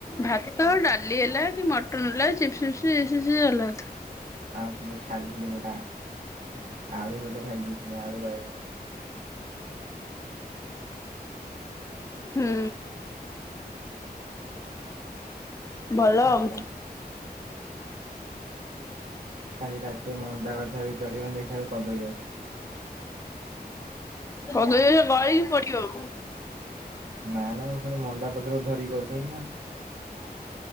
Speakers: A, on the left; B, on the right.
A: ଭାତ ଡାଲି ହେଲା କି ମଟନ ହେଲା ଚିପ୍ସି ପିସ୍ପି ଏଲା
B: ଆଉ ଛାଡିଥିଲି ଗୋଟା ଆଳୁ ଭଜା ଛାଡି ଦେଇଥିଲି ଆଳୁ ବାଇଗଣ।
A: ହୁଁ। ଭଲ
B: ଆଜ୍ଞା।
A: ଆଉ।
B: କାଲି ରାତି ମଣ୍ଡା ଗଛ ବି ଚଢିବନ ଦେଖିଲ ବେକୁ କଦଳୀ ଆସୁଛି।
A: କଦଳୀ ଗଛ ଗଳିକି ପଡିବ।
B: ନା ନା ମୁଁ ପୁଣି ମଣ୍ଡା ପତ୍ରକୁ ଧରିକି ଗଲିଣି ନା ଆଉ। ବ